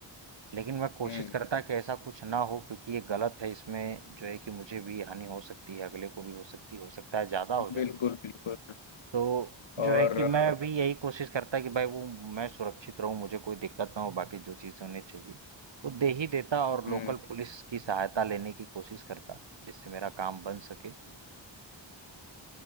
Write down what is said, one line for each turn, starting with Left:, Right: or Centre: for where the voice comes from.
Right: लेकिन मैं कोशिश
Left: हम्म
Right: करता कि ऐसा कुछ ना हो क्योंकि ये गलत है इसमें जो है कि मुझे भी हानि हो सकती है अगले को भी हो सकती है हो सकता है ज्यादा हो जाए
Left: बिल्कुल बिल्कुल
Right: तो
Left: और
Right: जो है कि मैं भी यही कोशिश करता कि भाई वो मैं सुरक्षित रहूं मुझे कोई दिक्कत ना हो बाकी जो चीजें उन्हें चाहिए वो दे ही देता और
Left: हम्म
Right: लोकल पुलिस की सहायता लेने की कोशिश करता जिससे मेरा काम बन सके